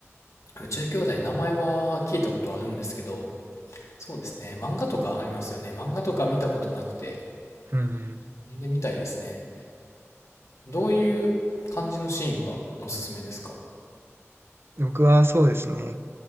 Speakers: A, on the left; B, on the right.
A: 宇宙兄弟名前は聞いたことあるんですけど、そうですね。漫画とかありますよね。漫画とか見たことなくて、
B: うん、
A: 読んでみたいですね。どういう感じのシーンがおすすめですか
B: 僕はそうですね、